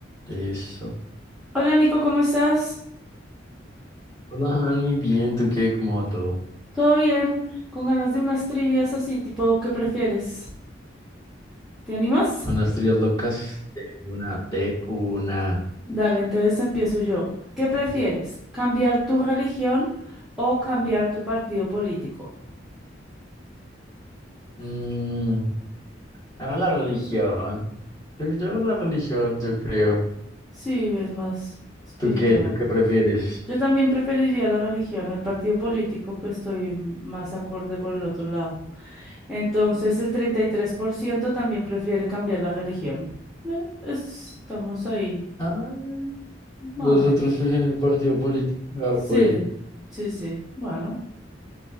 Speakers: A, on the left; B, in the centre.
A: Eso.
B: Hola Nico, ¿cómo estás?
A: Hola, Dani, bien, ¿tú qué? ¿Cómo va todo?
B: ¿Todo bien? Con ganas de unas trivias así, tipo, ¿qué prefieres? ¿Te animas?
A: Unas teorías locas de una, de una.
B: Dale, entonces empiezo yo. ¿Qué prefieres? ¿Cambiar tu religión o cambiar tu partido político?
A: Mm, ah, la religión. Yo, yo la religión, yo creo.
B: Sí, es más espiritual.
A: ¿Tú qué? ¿Tú qué prefieres?
B: Yo también preferiría la religión, el partido político, pues estoy más acorde por el otro lado. Entonces, el 33% también prefiere cambiar la religión. Eh, es- Estamos ahí,
A: Ah,
B: más
A: los
B: o menos.
A: otros prefieren el partido político. Ah,
B: Sí,
A: pues.
B: sí, sí. Bueno,